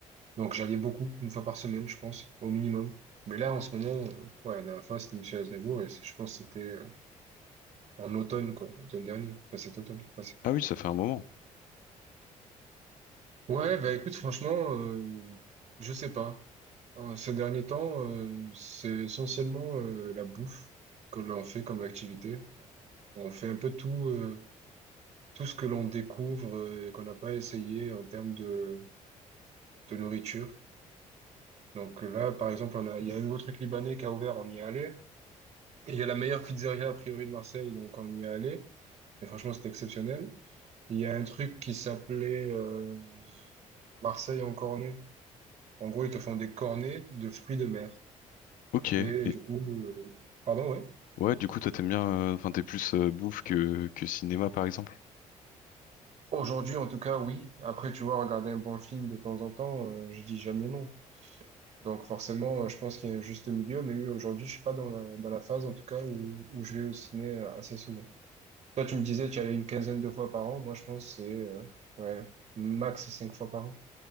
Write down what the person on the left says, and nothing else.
Ah oui, ça fait un moment.
Ok.
Et
ouais, du coup, toi, t'aimes bien, euh, enfin, t'es plus euh, bouffe que, que cinéma, par exemple.